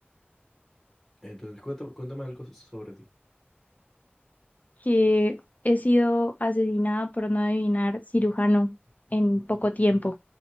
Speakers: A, in the centre; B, on the left (about 40°).
A: entonces cuéntame, cuéntame algo so- sobre ti.
B: que he sido asesinada por no adivinar cirujano en poco tiempo.